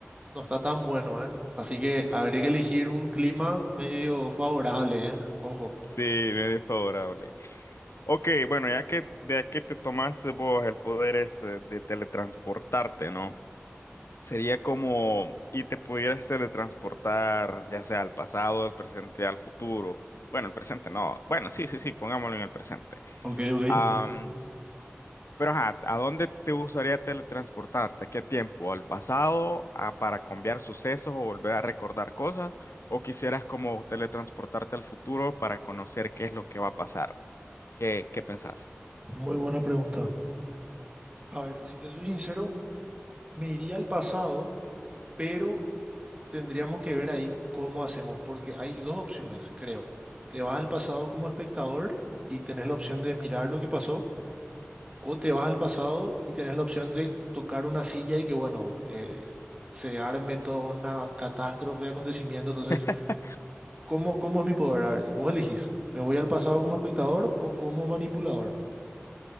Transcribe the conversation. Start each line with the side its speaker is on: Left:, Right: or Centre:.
Right: No está tan bueno, ¿eh? Así que habría que elegir un clima medio favorable, ¿eh? Ojo.
Left: sí, medio favorable. Ok, bueno, ya que de que te tomaste vos el poder este de teletransportarte, ¿no? Sería como y te pudieras teletransportar ya sea al pasado, al presente, al futuro. Bueno, el presente no. Bueno, sí, sí, sí, pongámoslo en el presente.
Right: Ok, ok.
Left: Am, pero ajá, ¿a dónde te gustaría teletransportarte? ¿A ¿Qué tiempo? ¿Al pasado? ¿A- para cambiar sucesos o volver a recordar cosas? ¿O quisieras como teletransportarte al futuro para conocer qué es lo que va a pasar? ¿Qué, qué pensás?
Right: Muy buena pregunta. A ver, si te soy sincero, me iría al pasado, pero tendríamos que ver ahí cómo hacemos, porque hay dos opciones, creo. Te vas al pasado como espectador y tenés la opción de mirar lo que pasó, o te vas al pasado y tenés la opción de tocar una silla y que, bueno, eh, se arme toda una catástrofe de acontecimientos,
Left: <laughs>
Right: entonces... ¿Cómo, cómo es mi poder? A ver, vos elegís, ¿me voy al pasado como espectador o como manipulador?